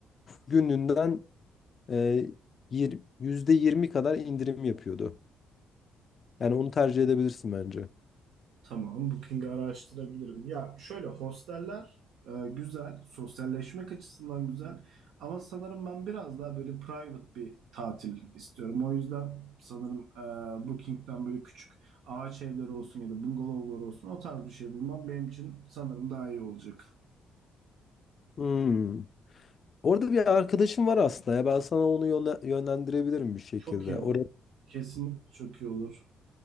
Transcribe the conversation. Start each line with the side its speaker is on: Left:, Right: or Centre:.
Left: gününden e, yir- %20 kadar indirim yapıyordu. Yani onu tercih edebilirsin bence.
Right: Tamam, Booking'i araştırabilirim. Ya şöyle hosteller e, güzel, sosyalleşmek açısından güzel ama sanırım ben biraz daha böyle private bir tatil istiyorum. O yüzden sanırım e, Booking'den böyle küçük ağaç evleri olsun ya da bungalovlar olsun o tarz bir şey bulmam benim için sanırım daha iyi olacak.
Left: Hmm. Orada bir arkadaşım var aslında ya. Ben sana onu yönle- yönlendirebilirim bir şekilde.
Right: Çok iyi olur.
Left: Orada
Right: Kesinlikle çok iyi olur.